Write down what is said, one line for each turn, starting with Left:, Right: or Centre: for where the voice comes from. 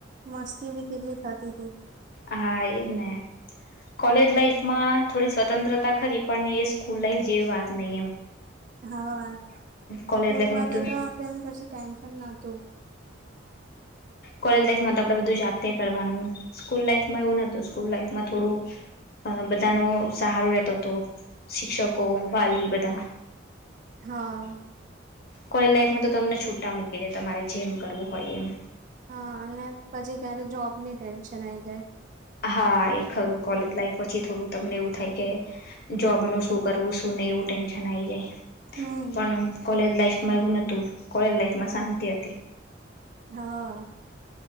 Right: મસ્તી ભી કેટલી થતીતી.
Left: હા, એ જ ને. કોલેજ લાઈફમાં થોડી સ્વતંત્રતા ખરી પણ એ સ્કૂલ લાઈફ જેવી વાત નહી એમ.
Right: હા,
Left: કોલેજ
Right: સ્કૂલમાં
Left: લાઈફમાં બધું
Right: તો તો આપડે એમ કશું ટેન્શન નહતું.
Left: કોયલ દેશમાં તો આપડે બધું જાત તે કરવાનું સ્કૂલ લાઈફ મેં હું નતું સ્કૂલ લાઈફમાં થોડું અ બધાનો સહારો રહેતો તો શિક્ષકો વાલી બધા.
Right: હા.
Left: કોયલ લાઈફમાં તો તમને છૂટા મૂકી દે તમારે જેમ કરવું હોય એમ.
Right: હા, અને પછી ત્યારે જોબની ટેન્શ તનાય જાય.
Left: હા, એ ખરું કોલેજ લાઈફ પછી થોડું તમને એવું થાય કે જોબનું શું કરવું, શું નહી, એવું ટેન્શન આયી જાય.
Right: હમ
Left: પન કોલેજ લઈફમાં એવું નતું. કોલ લાઈફમાં શાંતિ હતી.
Right: હા.